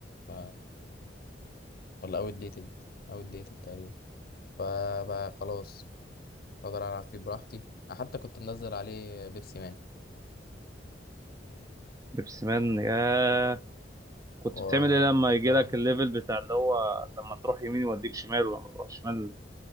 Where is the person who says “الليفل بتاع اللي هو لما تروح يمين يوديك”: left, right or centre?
Right